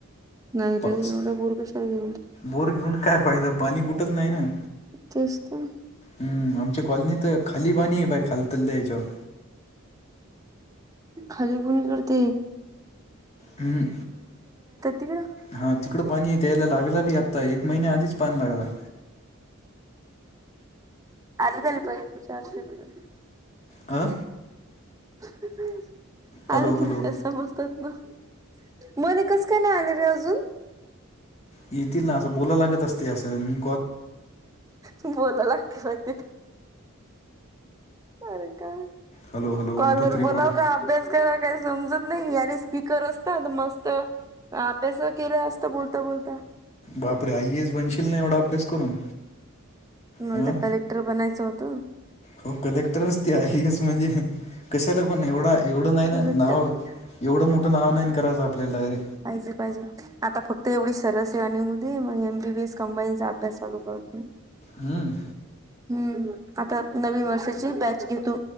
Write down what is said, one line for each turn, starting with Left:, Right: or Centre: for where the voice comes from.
Right: नाही
Left: पा
Right: रे
Left: स-
Right: एवढ्या बोरगशाळ घे
Left: बोर घेऊन काय पाहियदां पाणी कुठंच नाही ना
Right: तेच तर
Left: हम् आमच्या कॉलनी तर खाली पाणी बा खालत याच्यावर
Right: खाली गुणी करते
Left: हम्म
Right: तिकडं
Left: हा तिकडं पाणी दयला लागला बी आता एक महिन्या आधीच पण लागला
Right: अर तलपय वि
Left: अ
Right: <unintelligible>
Left: हॅलो
Right: आले
Left: हॅलो
Right: किती समजतात ना मले कसं का नाही आले रे अजून
Left: येतील ना असं बोला लागत असते असं आणि
Right: बोलायं लागतंय वाटते अरे का
Left: हॅलो हॅलो वन
Right: कॉलवर
Left: टू थ्री
Right: बोलाव
Left: फोर
Right: काय अभ्यास करावं काही समजत नाही स्पीकर असतात मस्त अभ्यास केला असत बोलता बोलता
Left: बापरे आइएएस बनशील नाही एवढा अभ्यास करून
Right: मला
Left: अं
Right: तर कलेक्टर बनायचं होतं
Left: हो कलेक्टरच ते आइएअस म्हणजे कशाला पण एवढा एवढ नाव
Right: कलेक्टर
Left: एवढं मोठं नाव नाही कराचं आपल्याला डायरी
Right: पाहिजे पाहिजे आता फक्त एवढी सरस आहे आणि उद मग व्ही व्ही एस कंपनीचा अभ्यास चालू करतोय
Left: हम्म
Right: हम्म आता नवीन वर्षाची बॅच घेतो